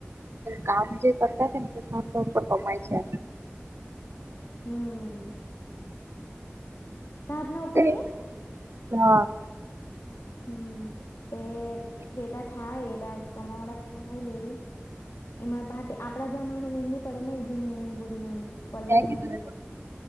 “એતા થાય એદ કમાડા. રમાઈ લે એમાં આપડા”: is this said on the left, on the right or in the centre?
Left